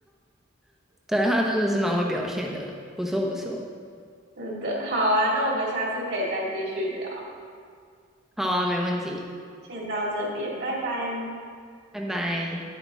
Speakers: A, in the centre; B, on the right.
A: 对，他真的是蛮会表现的，不错不错。
B: 真的好啊。那我们下次可以再继续聊，
A: 好啊，没问题，
B: 先到这边，拜拜。
A: 拜拜。